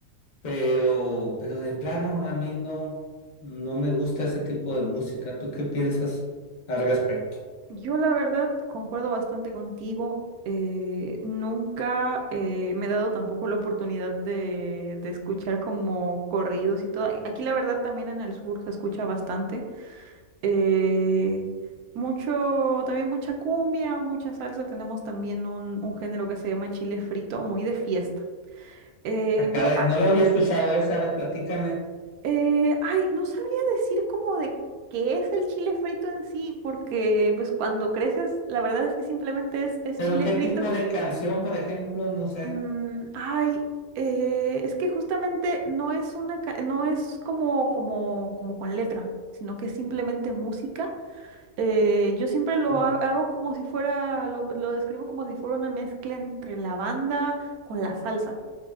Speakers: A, on the left; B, on the right.
A: Pero, pero de plano, a mí no, no me gusta ese tipo de música. ¿Tú qué piensas al respecto?
B: Yo la verdad concuerdo bastante contigo. Eh, nunca eh, me he dado tampoco la oportunidad de, de escuchar como corridos y todo. A- Aquí la verdad también en el sur se escucha bastante. Eh, mucho, también mucha cumbia, mucha salsa. Tenemos también un, un género que se llama chile frito, muy de fiesta. Eh,
A: Ah, caray,
B: pero
A: no lo había escuchado esa, a ver, platícame.
B: Eh, ay, no sabría decir como de qué es el chile frito en sí, porque pues cuando creces, la verdad es que simplemente es, es
A: Pero
B: chile
A: qué
B: frito.
A: tipo de canción, por ejemplo, no sé.
B: Mm, ay, eh, es que justamente no es una, ca- no es como, como, como con letra, sino que es simplemente música. Eh, yo siempre lo
A: Oh,
B: ha- hago como si fuera, lo, lo describo como si fuera una mezcla entre la banda con la salsa.